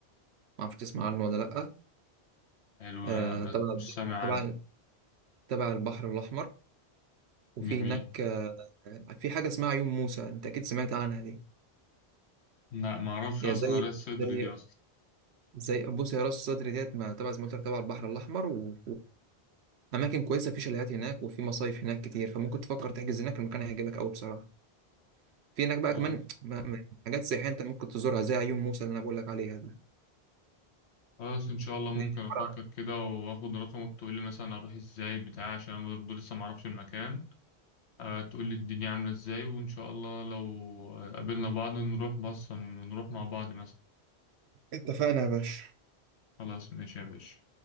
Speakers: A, on the right; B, on the left.
A: ما اعرفش تسمع عنه ولا لأ
B: حلو ما-
A: آه، تبع
B: مش سامع
A: تبع
B: عنه
A: تبع البحر الأحمر وفي
B: جميل
A: هناك آه، في حاجة اسمها عيون موسى أنت أكيد سمعت عنها دي
B: لا ما اعرفش
A: هي
B: اصلا
A: زي
B: قراية الصدر
A: زي
B: دي اصلا
A: زي بص هي راس صدر ديت ما تبع زي ما قلت لك تبع البحر الأحمر و- وأماكن كويسة في شاليهات هناك وفي مصايف هناك كتير فممكن تفكر تحجز هناك المكان هيعجبك أوي بصراحة في هناك بقى
B: خلاص
A: كمان م- م- حاجات سياحية أنت ممكن تزورها زي عيون موسى اللي أنا بقول لك عليها دي,
B: خلاص ان شاء الله ممكن
A: دي
B: افكر
A: عبارة عن-
B: كده واخد رقمك تقول لي مثلا اروح ازاي بتاع عشان انا برضه لسه ما اعرفش المكان آه، تقول لي الدنيا عاملة ازاي وإن شاء الله لو آه، قابلنا بعض نروح بص نروح مع بعض مثلا
A: اتفقنا يا باشا
B: خلاص ماشي يا باشا